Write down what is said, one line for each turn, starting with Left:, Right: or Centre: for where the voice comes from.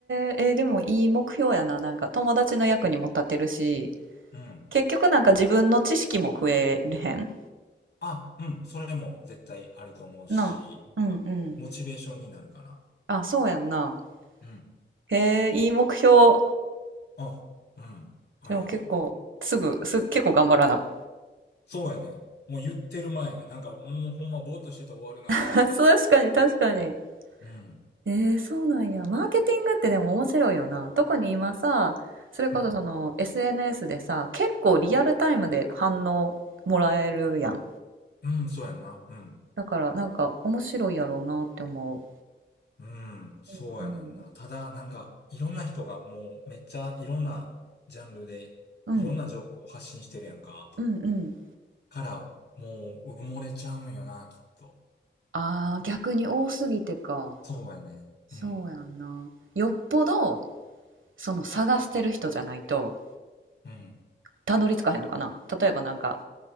Right: え、えー、でもいい目標やな。なんか友達の役にも立てるし、
Left: うん。
Right: 結局なんか自分の知識も増えるへん
Left: あ、うん。それも絶対あると思うし、
Right: なあ。
Left: なんかモチベーションになるかな。
Right: うんうん。あ、そうやんな。
Left: うん。
Right: へえ、いい目標。
Left: あ、うん。ありがとう。
Right: でも結構、すぐ、す、結構頑張らな。
Left: そうやねん。もう言ってる前ね。なんかもうほんまぼーっとしてたら終わるなって。
Right: <laughs> 確かに、確かに。
Left: うん、
Right: えー、そうなんや。マーケティングってでも面白いよな。特に今さ、それこそその
Left: うん、
Right: SNS でさ、結構リアルタイムで反応もらえるやん。
Left: うん、そうやんな。うん、
Right: だからなんか面白いやろうなって思
Left: うん、そうやねんな。
Right: う。うんうん
Left: ただ、なんか、いろんな人がもうめっちゃいろんなジャンルでいろんな情報を発信してるやんか。
Right: うんうんうん。
Left: から、もう埋もれちゃうんよな、きっと。
Right: ああ、逆に多すぎてか。
Left: そうやね。
Right: そうやんな。
Left: うん、
Right: よっぽど、その探してる人じゃないと、
Left: うん、
Right: たどり着かへんのかな例えばなんか